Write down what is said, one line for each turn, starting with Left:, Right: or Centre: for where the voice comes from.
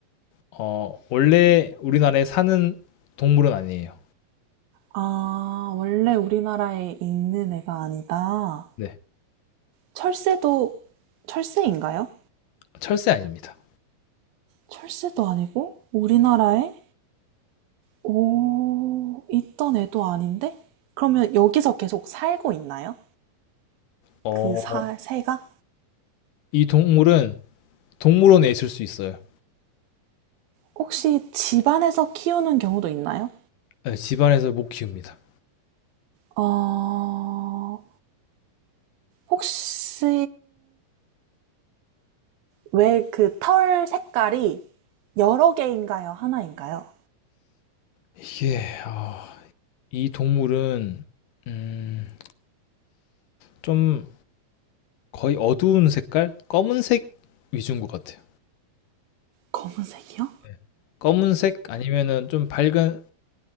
Left: 어, 원래 우리나라에 사는 동물은 아니에요.
Right: 아, 원래 우리나라에 있는 애가 아니다.
Left: 네,
Right: 철새도, 철새인가요?
Left: 철새 아닙니다.
Right: 철새도 아니고, 우리나라에 오, 있던 애도 아닌데? 그러면 여기서 계속 살고 있나요?
Left: 어,
Right: 그 사, 새가?
Left: 이 동물은 동물원에 있을 수 있어요.
Right: 혹시 집안에서 키우는 경우도 있나요?
Left: 네, 집안에서 못 키웁니다.
Right: 어, 혹시 왜 그 털 색깔이 여러 개인가요? 하나인가요?
Left: 이게 아, 이 동물은 음, 좀 거의 어두운 색깔, 검은색 위주인 것 같아요.
Right: 검은색이요?
Left: 네. 검은색 아니면은 좀 밝은